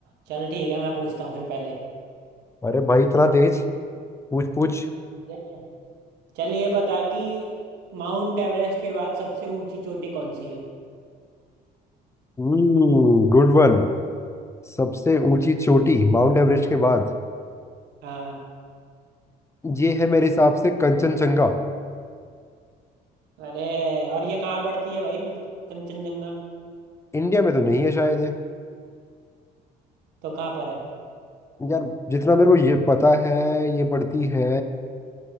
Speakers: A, on the right; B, on the left.
A: चल ठीक है मैं पूछता हूँ फिर पहले
B: अरे भाई इतना तेज पूछ पूछ
A: ठीक है। चल ये बता कि माउंट एवरेस्ट के बाद सबसे ऊंची चोटी कौन सी है
B: Hmm good one सबसे ऊंची चोटी माउंट एवरेस्ट के बाद
A: हाँ
B: ये है मेरे हिसाब से कंचनजंगा
A: अरे और ये कहाँ पड़ती है भाई मन- कंचनजंगा
B: इंडिया में तो नहीं है शायद ये
A: तो कहाँ पर है
B: यार जितना मेरे को ये पता है ये पड़ती है